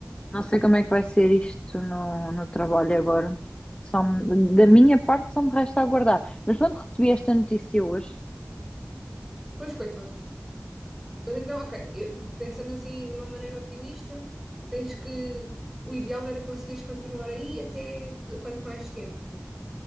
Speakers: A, on the left (about 20°); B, in the centre.
A: não sei como é que vai ser isto no, no trabalho agora. Só me- da minha parte só me resta aguardar. Mas quando recebi esta notícia hoje,
B: Pois, coitados. Mas então, ok, eu- pensando assim de uma maneira otimista, tens que. O ideal era conseguires continuar aí até quanto mais tempo?